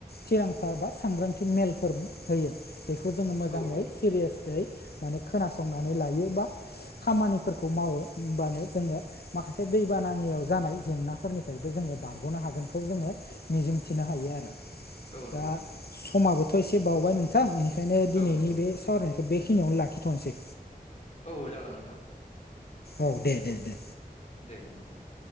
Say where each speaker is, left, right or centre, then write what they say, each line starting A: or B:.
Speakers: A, on the left (about 80°); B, on the left (about 45°).
A: थिरांथा बा सांग्रांथि मेलफोर होयो बेखौ जोङो मोजाङै
B: औ नंगौ
A: सिरियासयै माने खोनासंनानै लायो बा खामानिफोरखौ मावो होनबानो जोङो माखासे दैबानानियाव जानाय जेंनाफोरनिफ्रायबो जोङो बारग'नो हागोनखौ जोङो मिजिंथिनो हायो आरो।
B: औ
A: दा
B: नंगौ नोंथां
A: समाबोथ' एसे बावबाय नोंथां बेनिखायनो दिनैनि
B: औ नंगौ नोंथां
A: बे सावराय बेखिनियावनो लाखिथ'नोसै।
B: औ जागोन नोंथां।
A: औ दे दे दे।
B: दे नोंथां दे।